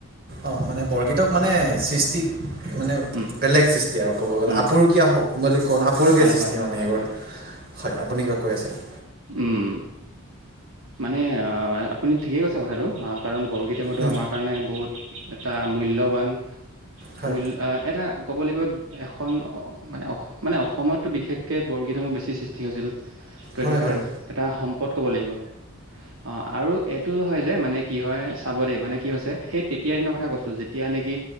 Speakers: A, on the right; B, on the right.
A: অ', মানে বৰগীতক মানে সৃষ্টি মানে
B: উম,
A: বেলেগ সৃষ্টি তি আৰু ক'ব গ'লে
B: উম,
A: আপৰুগীয়া বুলি ক আপুৰুকীয়া
B: হয়,
A: সৃষ্টি
B: হয়, হয়,
A: মানে
B: হয়,
A: সেইবোৰ।
B: হয়,
A: হয় আপুনি কিবা কৈ আছিলে।
B: উম, মানে অ', আপুনি ঠিকেই কৈছে কথাটো। কাৰণ বৰগীতেটো
A: উম
B: আমাৰ কাৰণে বহুত এটা মূল্যৱান
A: হয়
B: মূল্য অ', এটা ক'ব লাগিব এখন মানে মানে অস-অস-অসমততো বিশেষকৈ বৰগীতসমূহ বেছি সৃষ্টি তি হৈছিল, ত' এইটো
A: হয় হয়
B: এটা সম্পদ ক'ব লাগিব, অ', আৰু এইটো হয় যে মানে কি হয় চাব দেই মানে কি হৈছে সেই তেতিয়াৰ দিনৰ কথা কৈছোঁ যেতিয়া নেকি